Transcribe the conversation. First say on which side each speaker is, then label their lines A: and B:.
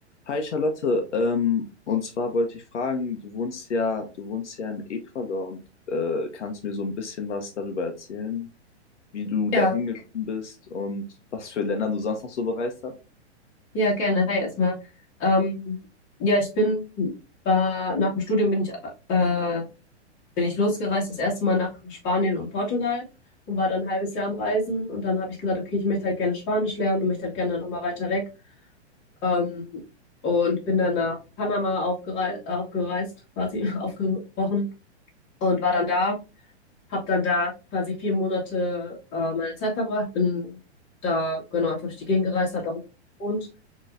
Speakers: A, on the left (about 85°); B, on the left (about 35°).
A: Hi Charlotte, ähm, und zwar wollte ich fragen, du wohnst ja, du wohnst ja in Ecuador und äh, kannst mir so ein bisschen was darüber erzählen, wie du
B: Ja,
A: da hingekommen bist und was für Länder du sonst noch so bereist hast?
B: ja, gerne. Hi erstmal. Ähm, ja, ich bin, war, nach dem Studium bin ich, äh, bin ich losgereist, das erste Mal nach Spanien und Portugal und war dann ein halbes Jahr am Reisen und dann habe ich gesagt, okay, ich möchte halt gerne Spanisch lernen und möchte halt gerne nochmal weiter weg. Ähm, und bin dann nach Panama aufgereist, aufgereist, quasi <laughs> aufgebrochen und war dann da, habe dann da quasi vier Monate äh, meine Zeit verbracht, bin da genau einfach durch die Gegend gereist, habe da gewohnt